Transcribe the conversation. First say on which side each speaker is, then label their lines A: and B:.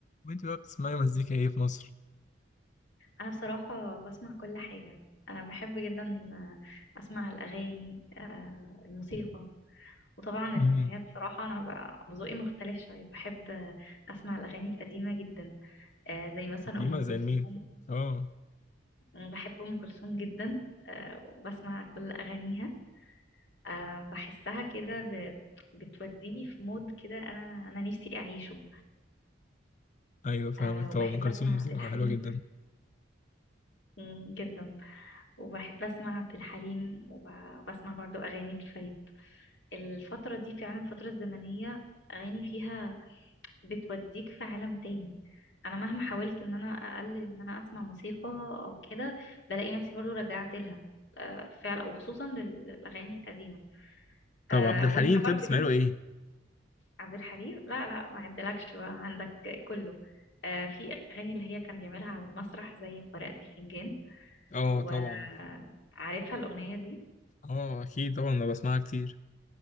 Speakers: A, on the left (about 40°); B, on the left (about 65°).
A: وانت بقى بتسمعي مزيكا ايه في مصر؟
B: انا بصراحة بسمع كل حاجة انا بحب جدا اسمع الاغاني آه، الموسيقى وطبعا اللي
A: امم
B: هي بصراحة انا بقى ذوقي مختلف شوية بحب اسمع الاغاني القديمة جدا آه، زي مثلا
A: ديما
B: ام كلثوم
A: زي مين؟ اه
B: أنا بحب ام كلثوم جدا آه، وبسمع كل اغانيها آه، بحسها كده ب- بتوديني في مود كده انا انا نفسي اعيشه
A: ايوه فاهمك
B: آه، وبحب
A: طبعا ام كلثوم
B: اسمع
A: بصراحه
B: عبد الحليم
A: حلوه جدا
B: مم، جدا وبحب اسمع عبد الحليم وب- وبسمع برضو اغاني الفريد الفترة دي فعلا الفترة الزمنية الأغاني فيها بتوديك في عالم تاني أنا مهما حاولت إن أنا أقلل إن أنا أسمع موسيقى أو كده بلاقي نفسي برضو رجعت لها آه، فعلا وخصوصا لل- للأغاني القديمة
A: طب
B: آه،
A: عبد الحليم
B: وأنت
A: طيب
B: برضو
A: بتسمع
B: ليك
A: له ايه؟
B: عبد الحليم لا لا ما عدلكش بقى عندك كله آه، في أغاني اللي هي كان بيعملها على المسرح زي قارئة الفنجان
A: اه
B: وعارفها
A: طبعا
B: الأغنية دي
A: اه اكيد طبعا انا بسمعها كتير